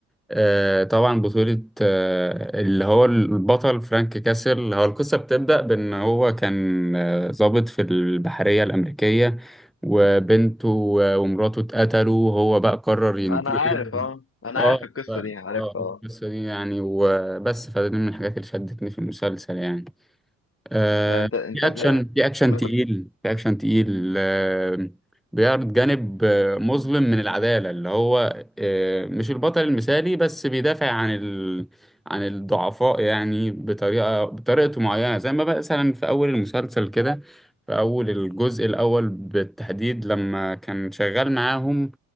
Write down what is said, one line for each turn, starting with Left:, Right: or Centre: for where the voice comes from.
Centre: آه، طبعا بطولة آه، اللي هو البطل فرانك كاسل هو القصة بتبدأ بأن هو كان آه، ضابط في البحرية الأمريكية وبنته و- ومراته اتقتلوا وهو بقى قرر ينتقم
Left: انا عارف اه انا
Centre: اه
Left: عارف القصه
Centre: ف-
Left: دي عارفها
Centre: اه القصة
Left: اه
Centre: دي يعني وبس فدي من الحاجات اللي شدتني في المسلسل يعني آه،
Left: يعني انت انت
Centre: في
Left: ازاي
Centre: اكشن في اكشن
Left: انا
Centre: تقيل
Left: كنت
Centre: في اكشن تقيل آه، بيعرض جانب آه، مظلم من العداله اللي هو آه، مش البطل المثالي بس بيدافع عن ال... عن الضعفاء يعني بطريقه بطريقته معينه زي ما بقى مثلا في اول المسلسل كده في اول الجزء الاول بالتحديد لما كان شغال معاهم